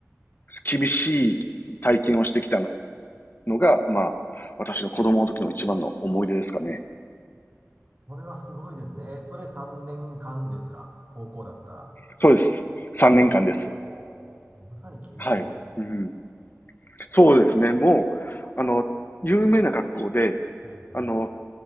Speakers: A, on the left; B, on the right.
A: 厳しい体験をしてきたのが、まあ、私の子供の時の一番の思い出ですかね。
B: <laughs> それはすごいですね。えそれ3年間ですか高校だったら。
A: そうです。3年間です。
B: おおー、まさに刑務所ですね。
A: はい。うん、そうですね。もう、あの、有名な学校で、
B: はいはい。
A: あの、